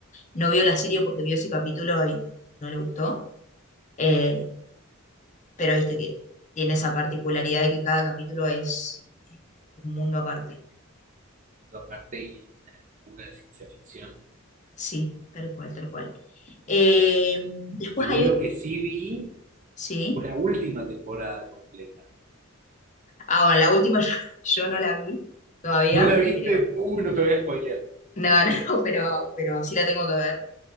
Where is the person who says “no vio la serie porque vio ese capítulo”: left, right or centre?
Left